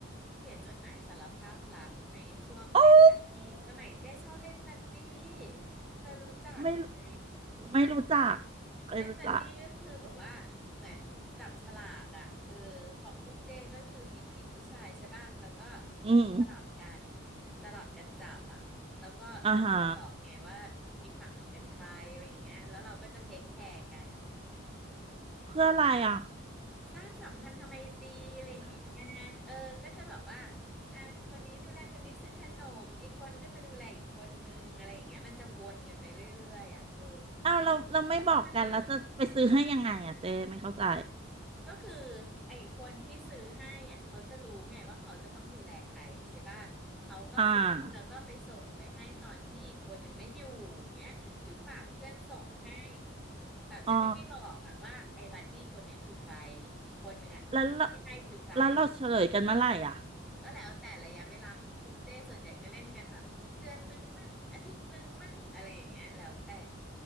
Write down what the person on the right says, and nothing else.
โอ้
ไม่รู้ไม่รู้จักไม่รู้จัก
อืม
อ่าฮะเพื่ออะไรอ่ะ
อ้าวเราเราไม่บอกกันแล้วจะไปซื้อให้ยังไงอ่ะเจ้ไม่เข้าใจ
อ่า
อ๋อ
แล้วเราแล้วเราเฉลยกันเมื่อไหร่อ่ะ